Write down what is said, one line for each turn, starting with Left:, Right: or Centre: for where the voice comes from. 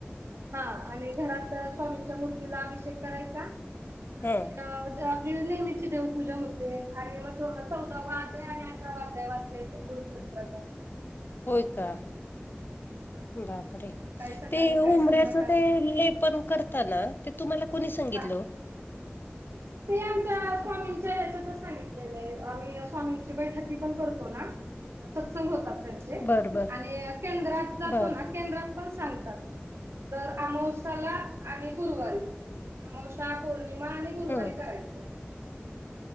Right: हा, आणि घरात स्वामींच्या मूर्तीला अभिषेक करायचा आणि
Left: हा
Right: आपली नेहमीची देवपूजा होते, आणि म चौदावा अध्याय आणि अठरावा अध्याय वाचते गुरुचरीत्राचा.
Left: होय का?
Right: हा.
Left: बापरे
Right: काय सकाळी
Left: ते उमऱ्याच
Right: काय संध्याकाळी
Left: ते लेपन करताना ते तुम्हाला कूणी सांगितलं
Right: हा
Left: ओ?
Right: ते आमच्या स्वामींच्या येच्याताच सांगितलेलंय आम्ही स्वामींची बैठकी पण करतो ना सत्संग होतात त्यांचे,
Left: बर बर
Right: आणि केंद्रात जातो
Left: बर
Right: ना केंद्रात पण सांगतात. दर अमावसा्याला आणि गुरुवारी अमावसा पौर्णिमा आणि गुरुवारी
Left: हम्म
Right: करायचं.